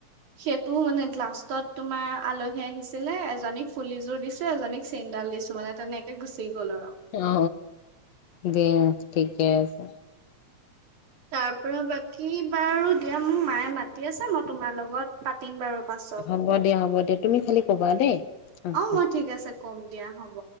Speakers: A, on the right (about 90°); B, on the left (about 70°).
A: সেইটো মানে লাষ্টত তোমাৰ আলহী আহিছিলে এজনীক ফুলিযোৰ দিছো এজনীক চেইনডাল দিছো মানে তেনেকে গুচি গ'ল আৰু।
B: অ, দে ঠিকে আছে।
A: তাৰ পৰা বাকী বাৰু দিয়া মোক মায়ে মাতি আছে মই তোমাৰ লগত পাতিম বাৰু। পাছত
B: হ'ব দিয়া, হ'ব দিয়া, তুমি খালি কবা দেই অহ
A: অ
B: অহ।
A: মই ঠিক আছে কম দিয়া হ'ব